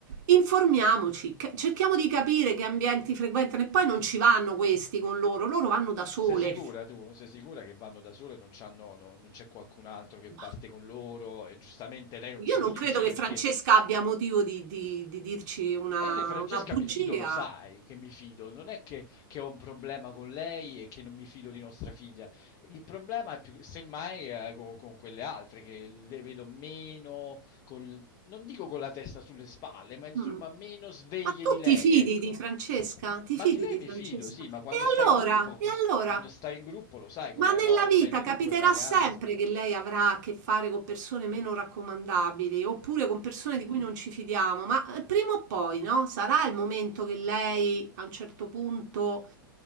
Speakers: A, on the right; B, on the left.
A: Informiamoci, c- cerchiamo di capire che ambienti frequentano e poi non ci vanno questi con loro, loro vanno da sole.
B: Sei sicura tu? Sei sicura che vanno da sole, non c'hanno, no- non c'è qualcun altro che parte
A: Ma
B: con loro e giustamente lei non
A: Io
B: ce
A: non
B: lo dice
A: credo che
B: perché
A: Francesca abbia motivo di, di- di dirci una,
B: ma io di Francesca
A: una bugia.
B: mi fido, lo sai che mi fido, non è che, che ho un problema con lei e che non mi fido di nostra figlia. Il problema è più, semmai, eh, con, con quelle altre che le vedo meno, col- non dico con la testa sulle spalle, ma insomma
A: Mm.
B: meno sveglie
A: Ma tu
B: di lei,
A: ti fidi
B: ecco.
A: di Francesca? Ti
B: Ma
A: fidi
B: di lei
A: di
B: mi
A: Francesca?
B: fido, sì, ma quando
A: E
B: sta
A: allora?
B: in gruppo,
A: E allora?
B: quando sta in gruppo lo sai com'è,
A: Ma nella
B: no?
A: vita
B: Sta in gruppo
A: capiterà
B: in vacanza.
A: sempre che lei avrà a che fare con persone meno raccomandabili oppure con persone di cui non ci fidiamo, ma eh, prima o poi, no? Sarà il momento che lei a un certo punto